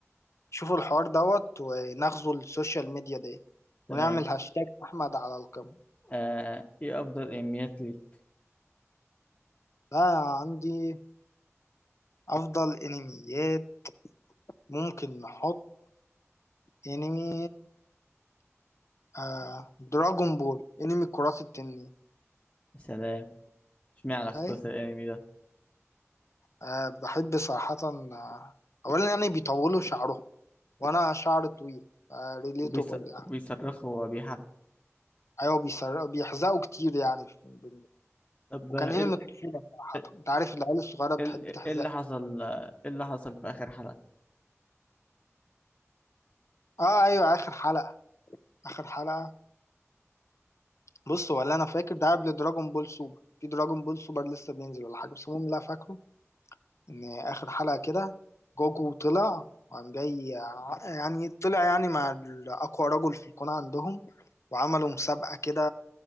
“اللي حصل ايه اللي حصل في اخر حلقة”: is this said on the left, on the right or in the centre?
Left